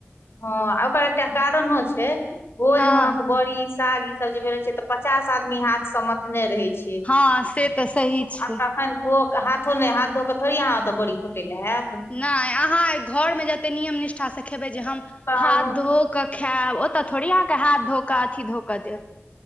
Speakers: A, on the left; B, on the left.
A: हँ ओकर एकटा कारणो छै भोज
B: हँ
A: महक बड़ी साग ई, जे भेले छै तऽ पचास आदमी हाथ सँ मथ। <unintelligible> रहै छैय
B: हँ से तऽ सही छै
A: आऽ तखैन ओ, हाथो नहि हाथ धो <unintelligible> कऽ थोड़ी अहाँ ओतऽ बड़ी खोटे लए आयत।
B: नहि अहाँ घरमें जते नियम निष्ठा सँ खेबै जे हम
A: तहन
B: हाथ धो, केऽ खायब ओतऽ थोड़ी अहाँके हाथ धो कऽ अथी धोक कऽ दे,